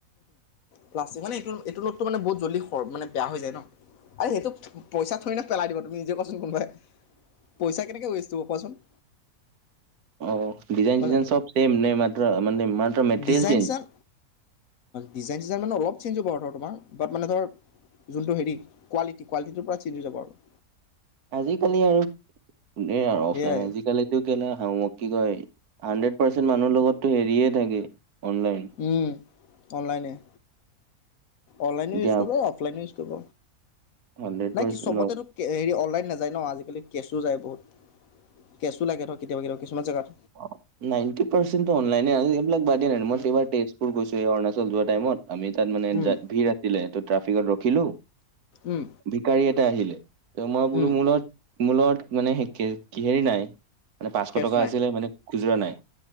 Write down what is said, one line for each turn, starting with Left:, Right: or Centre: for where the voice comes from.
Left: প্লষ্টিক মানে এইটো এইটো নোটটো মানে বহুত জল্দি মানে বেয়া হৈ যায় ন আৰ সেইটো পইচা থৰি নে পেলাই দিব তুমি নিজে কোৱাচোন কোনবাই পইচা কেনেকে ৱেষ্ট কৰিব কোৱাচোন
Right: অঁ ডিজাইন
Left: মানে
Right: চিজাইন চব চেম নে মাত্ৰ মানে মাত্ৰ মেটেৰিয়েল
Left: ডিজাইন
Right: চেঞ্জ
Left: চিজাইন ডিজাইন চিজাইন মানে অলপ চেঞ্ হ'ব আৰু ধৰ তোমাৰ বাট মানে ধৰ যোনটো হেৰি কোৱালিটি কোৱিটিটোৰ পৰা চে্জ হৈ যাব আৰু
Right: আজিকালি আৰু কোনে আৰু
Left: সেয়াই
Right: অফলাইন আজিকালি কি কয় হাড্ৰেড পাৰ্চেন্ট মানুহৰ লগতো হেৰিয়ে থাকে অনলাইন
Left: অ অনলাইনেই অনলাইন
Right: এতিয়া
Left: ইউজ কৰিব অফলাইন ইউজ কৰিব
Right: হাণ্ড্ৰেড পাৰ্চেন্ট
Left: নাই কি চবতেতো হেৰি অনলাইন নাযায় ন আজিকালি কেছটো যায় বহুত কেছোও লাগে ধৰক কেতিয়াবা কিছুমান জেগাত
Right: অ নাইনটি পাৰ্চেণ্টেই অলাইনে আজি এইবিলাক বাদ দিয়া নাই মই
Left: উম
Right: এইবাৰ তেজপুৰ গৈছো এইবা অৰুাচল যোৱা টাইমত আমি তাত মানে
Left: উম
Right: জাত ভিৰ আছিলে ত ট্ৰাফিকত ৰখিলো
Left: উম
Right: ভিকাৰী এটা আহিলে ত মই বোলো
Left: উম
Right: মোৰ মোৰলগত মানে কে হেৰি নাই মানে পাঁচশ
Left: কেছ
Right: টকা আছিলে মানে খুচুৰা নাই